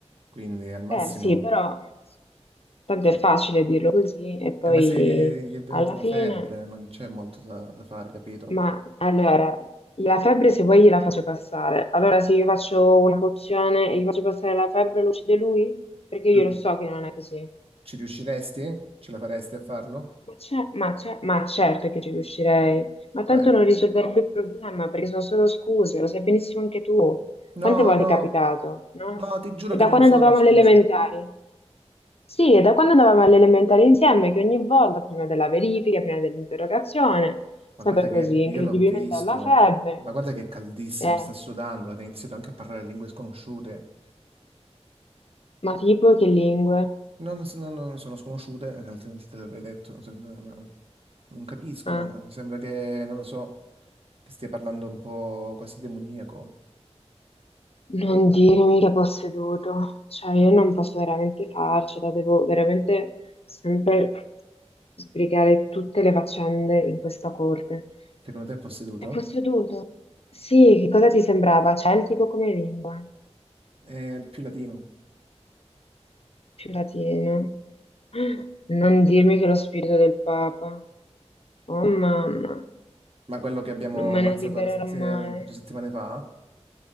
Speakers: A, on the right; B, on the left.
A: quindi al massimo...
B: eh, eh, sì, però tanto
A: eh,
B: è facile dirlo così e poi
A: eh, ma se eh, gli è venuta
B: alla
A: la
B: fine...
A: febbre, non c'è molto da, da fare, capito?
B: Ma allora, la febbre se vuoi gliela faccio passare. Allora, se io faccio una pozione e gli faccio passare la febbre, lo uccide lui? Perché io
A: Tu
B: lo so che non è così.
A: ci riusciresti? Ce la faresti a farlo?
B: Ma, c'è- ma c'è- ma certo che ci riuscirei, ma tanto
A: Ma...
B: non risolverebbe il problema perché sono solo scuse, lo sai benissimo anche tu.
A: No,
B: Quante volte
A: no,
B: è capitato, no?
A: no, ti giuro
B: E
A: che
B: da
A: non
B: quando
A: sono
B: andavamo
A: scuse.
B: alle elementari? Sì, e da quando andavamo alle elementari insieme, che ogni volta, prima della verifica, prima dell'interrogazione,
A: Ma
B: sempre
A: guarda che
B: così,
A: io
B: incredibilmente
A: l'ho visto.
B: alla febbre.
A: Ma guarda che è caldissimo,
B: Eh,
A: sta sudando, ha iniziato anche a parlare lingue sconosciute.
B: ma tipo che lingue?
A: Non, s- non- non sono sconosciute, eh, altrimenti te l'avrei detto. se- ma- Non capisco,
B: Ah.
A: eh, sembra che, non lo so, che stia parlando un po' quasi demoniaco.
B: Non dirmi che posseduto, cioè io non posso veramente farcela, devo veramente sempre sbrigare tutte le faccende in questa corte.
A: Secondo te è posseduto?
B: È posseduto. Sì, che cosa ti sembrava? Celtico come lingua,
A: È il più latino.
B: più latino. Non dirmi che è lo spirito del Papa. Oh mamma,
A: Ma quello che abbiamo
B: non me
A: ammazzato
B: ne libererò
A: la sett-
B: mai.
A: due settimane fa,